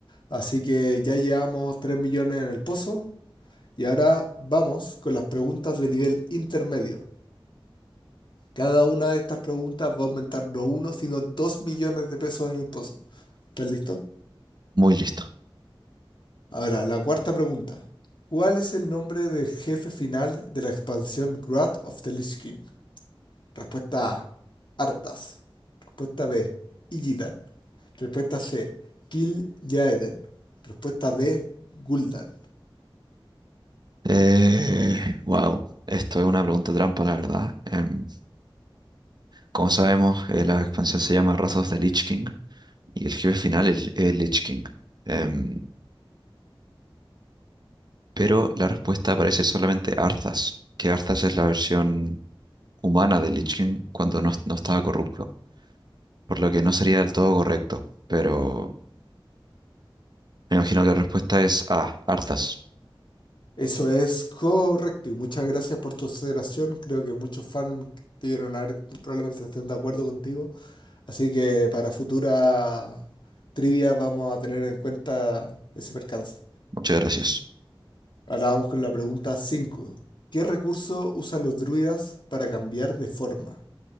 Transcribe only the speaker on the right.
Muy listo.
Eh, wow, esto es una pregunta trampa, la verdad. Em, Como sabemos, eh, la expansión se llama Wrath of the Lich King y el jefe final es el Lich King. Em, pero la respuesta aparece solamente Arthas, que Arthas es la versión humana del Lich King cuando no, no estaba corrupto, por lo que no sería del todo correcto. Pero me imagino que la respuesta es A, Arthas.
Muchas gracias.